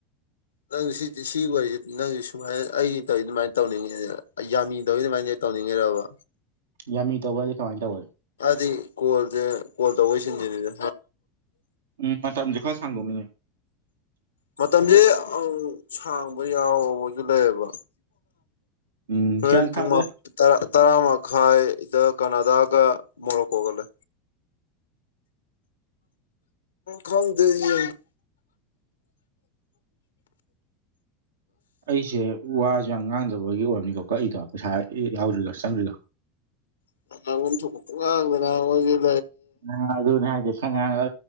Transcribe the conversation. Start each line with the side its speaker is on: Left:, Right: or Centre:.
Left: ꯅꯪ ꯁꯤꯒꯤ ꯋꯥꯔꯤꯁꯤ ꯅꯪꯁꯨ ꯁꯨꯃꯥꯏꯅ ꯑꯩ ꯇꯧꯔꯤ ꯑꯗꯨꯃꯥꯏꯅ ꯇꯧꯅꯤꯡꯉꯤ ꯌꯥꯝꯃꯤ ꯇꯧꯔꯤ ꯑꯗꯨꯃꯥꯏꯅ ꯇꯧꯅꯤꯡꯉꯔꯕ
Right: ꯌꯥꯝꯃꯤ ꯇꯧꯕꯗꯤ ꯀꯃꯥꯏꯅ ꯇꯧ
Left: ꯗꯤ ꯀꯣꯜꯁꯦ ꯀꯣꯜ ꯇꯧꯕꯩ ꯁꯤꯟꯁꯤꯗ
Right: ꯎꯝ ꯃꯇꯝꯁꯦ ꯈꯔ ꯁꯥꯡꯗꯣꯛꯅꯤꯡꯉ
Left: ꯃꯇꯝꯁꯦ ꯁꯥꯡꯕ ꯌꯥꯎꯕꯁꯨ ꯂꯩꯌꯦꯕ
Right: ꯎꯝ
Left: ꯍꯣꯔꯦꯟ
Right: ꯒ꯭ꯌꯥꯟ
Left: ꯄꯨꯡ
Right: ꯇꯥꯗꯦ
Left: ꯇꯔꯥ ꯃꯈꯥꯏꯗ ꯀꯅꯥꯗꯒ ꯃꯣꯣꯔꯛ ꯍꯒꯂ ꯈꯗ ꯗ
Right: ꯑꯩꯁꯦ ꯋꯥꯁꯦ ꯌꯥꯝ ꯉꯥꯡꯗꯕꯒꯤ ꯑꯣꯏꯔꯅꯤꯀꯣ ꯀꯣ ꯑꯩꯗꯣ ꯄꯩꯁꯥ ꯑꯦ ꯌꯥꯎ꯭ꯔꯤꯒ ꯆꯪ꯭ꯔꯤꯒ
Left: ꯁꯨꯄꯗ
Right: ꯑ ꯑꯗꯨꯅꯦ ꯍꯥꯏꯦꯁ ꯉꯥꯡꯉ